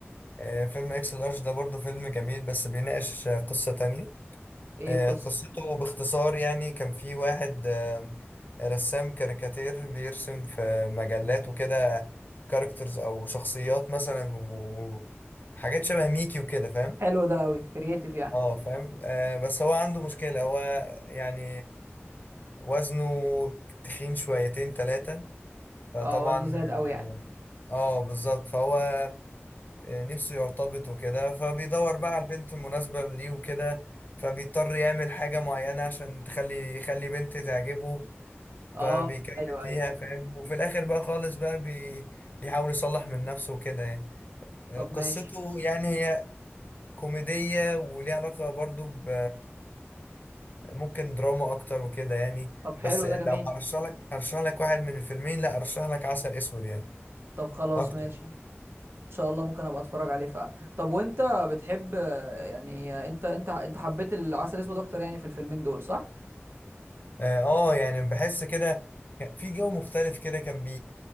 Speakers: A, on the left (about 40°); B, on the right (about 60°).
A: آه، فيلم اكس لارج ده برضه فيلم جميل بس بيناقش آه، قصه تانية
B: ايه
A: آه،
B: القصة
A: قصته باختصار يعني كان في واحد آه، رسام كاريكاتير بيرسم في مجلات وكده كاركترز او شخصيات مثلا وحاجات شبه ميكي وكده فاهم
B: حلو ده قوي كرييتيف يعني
A: اه فاهم آه بس هو عنده مشكلة هو يعني وزنه تخين شويتين تلاتة فطبعا
B: اه وزنه زايد قوي
A: اه
B: يعني
A: آه، بالظبط فهو نفسه يرتبط وكده فبيدور بقى على البنت المناسبة ليه وكده فبيضطر يعمل حاجة معينة عشان تخلي يخلي بنت تعجبه
B: اه
A: فبيكمل
B: ايوه
A: فيها
B: ايوه
A: فاهم وفي الآخر بقى خالص بقى بي بيحاول يصلح من نفسه وكده يعني
B: طب ماشي
A: قصته يعني هي كوميدية وليها علاقة برضو ب ممكن دراما أكتر وكده يعني
B: طب حلو
A: بس لو
B: ده جميل
A: هرشح لك هرشح لك واحد من الفيلمين لا أرشح لك عسل أسود يعني
B: طب خلاص
A: أكتر
B: ماشي ان شاء الله ممكن ابقى اتفرج عليه فعلا طب وانت بتحب آه، يعني آه، انت انت انت حبيت العسل الاسود اكتر يعني في الفيلمين دول صح
A: اه آه، يعني بحس كده كان في جو مختلف كده كان بي